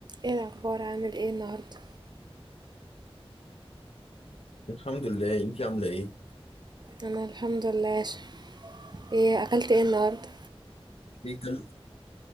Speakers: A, on the right (about 45°); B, on the left (about 75°).
A: ايه الاخبار عامل ايه النهارده
B: الحمد لله انت عامله ايه
A: انا الحمد لله يا ش- ايه اكلت ايه النهارده
B: ايه كل-